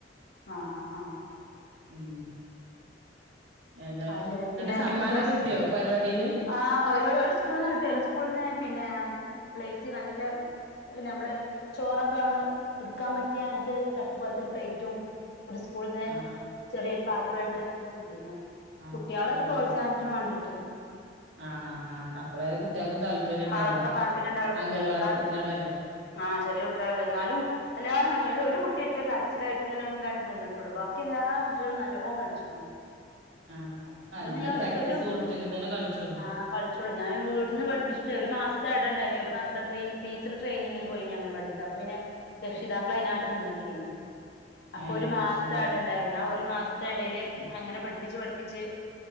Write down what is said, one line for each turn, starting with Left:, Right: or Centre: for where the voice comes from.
Left: ആഹ് ആഹ്
Right: ഉം ഏതായാലും
Left: അ ശരി
Right: എന്നിട്ട്
Left: പിന്നെ
Right: സമ്മാനം
Left: ഡ്രസ്
Right: കിട്ടിയോ പരിപാടിയില്
Left: ആ ഒരു ഒരു സ്കൂളിൽന്ന് കിട്ടി ഒരു സ്കൂളിൽ നിന്ന് പിന്നെ പ്ലേറ്റ് നല്ല നമ്മളെ ചോറൊക്കെ അങ്ങനെ എടുക്കാൻ പറ്റിയാ അങ്ങനത്തെ ഒരു തട്ട്പോലത്തെരു പ്ലേറ്റും ഒരു സ്കൂളിന്ന്
Right: ആഹ് ആഹ്
Left: ചെറിയൊരു പാത്ര <unintelligible>
Right: ആഹ്
Left: കുട്ട്യാളെ
Right: ആഹ്
Left: ഒരു പ്രോത്സാഹനത്തിനും വേണ്ടീട്ട്
Right: ആഹ് ആഹ് ആഹ് അപ്പളേ കുട്ടികൾക്കും താല്പര്യം ഉണ്ടാവുള്ളു
Left: ആ താല്പര്യം <unintelligible>
Right: അംഗലവാടി
Left: ന്നാലും
Right: കുട്ടികളല്ലേ
Left: ആ ചെറിയ കുട്ട്യാളല്ലേ ന്നാലും എല്ലാരും കളിച്ച <unintelligible> ഒരു കുട്ട്യേറ്റെ കരച്ചിലായിട്ട് ഇങ്ങനെ ളതായിട്ട് നിന്നിട്ടോള്ളൂ ബാക്കി എല്ലാ കുട്ട്യാളും നല്ലോണം കളിചിക്കിണു
Right: ആഹ് അത് നല്ല
Left: ഇതൊന്നും ഞാൻ
Right: പ്രാക്ടീസ്
Left: ഒരിക്കലും
Right: കൊടുത്തെങ്കി തന്നെ കളിച്ചോളും
Left: ആ കളിച്ചോളി ഞാൻ വീട്ടിന്ന് പഠിപ്പിച്ചിട്ടേ ഒരു മാസ തേടേണ്ടനി ഒരു മാസം ടീച്ചർ ട്രെയിനിങ്ങിന് പോയിനി അംഗനവാടീത്തെ അപ്പൊ പിന്നെ രക്ഷിതാക്കൾ അതിനായിട്ട് നിക്കേനി അപ്പൊ
Right: ഏഹ്
Left: ഒരു മാസത്തെ
Right: അത് ശരി
Left: എടണ്ടായിന് ആ ഒരു മാസ എടെല് അങ്ങനെ പഠിപ്പിച്ച് പഠിപ്പി പിച്ച്